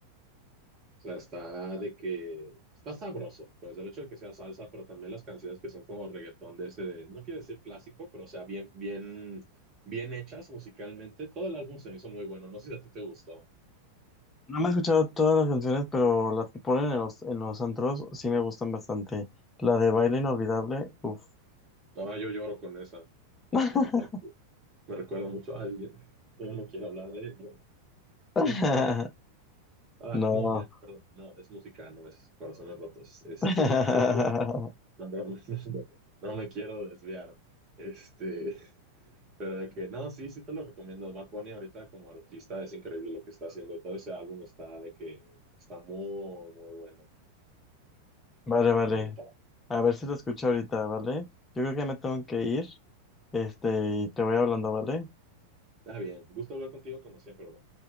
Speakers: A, on the right; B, on the left.
A: O sea, está de que está sabroso, pues el hecho de que sea salsa, pero también las canciones que son como reggaetón de ese, de, no quiero decir clásico, pero o sea, bien, bien, bien hechas musicalmente. Todo el álbum se me hizo muy bueno. No sé si a ti te gustó.
B: No me he escuchado todas las canciones, pero las que ponen en los, en los antros sí me gustan bastante. La de Baile Inolvidable, uff.
A: No, yo lloro con esa.
B: <laughs>
A: Me recuerda, me recuerda mucho a alguien. Yo no quiero hablar de ella.
B: <laughs>
A: La extraño. Ah,
B: No.
A: no, ya, perdón. No, es música, no es corazones rotos. Este,
B: <laughs>
A: <laughs> no, no, no, no no me quiero desviar. Este, Pero de que, no, sí, sí te lo recomiendo. Bad Bunny ahorita como artista es increíble lo que está haciendo y todo ese álbum está de que está muy, muy bueno,
B: Vale, vale.
A: la neta.
B: A ver si lo escucho ahorita, ¿vale? Yo creo que me tengo que ir. Este, y te voy hablando, ¿vale?
A: Está bien. Gusto hablar contigo como siempre, bro.